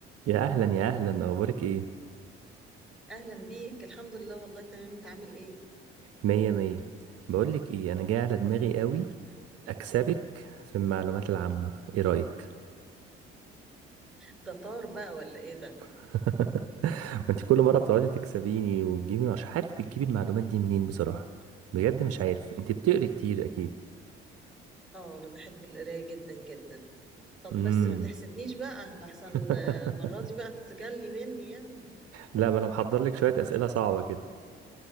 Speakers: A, on the right (about 50°); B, in the centre.
A: يا اهلا يا اهلا اخبارك ايه
B: اهلا بيك الحمد لله والله تمام انت عامل ايه
A: مية مية بقولك ايه انا جاي على دماغي قوي اكسبك في المعلومات العامة ايه رأيك
B: ده طار بقى ولا ايه ده
A: <laughs> ما انت كل مرة بتقعدي تكسبيني وتجيبي مش عارف بتجيبي المعلومات دي منين بصراحة بجد مش عارف انت بتقري كتير اكيد
B: اه انا بحب القرايه جدا جدا طب
A: امم
B: بس ما تحسدنيش بقى لحسن
A: <laughs>
B: آه، المره دي بقى تجلي مني يعني
A: لا ما انا محضر لك شوية اسئلة صعبة كده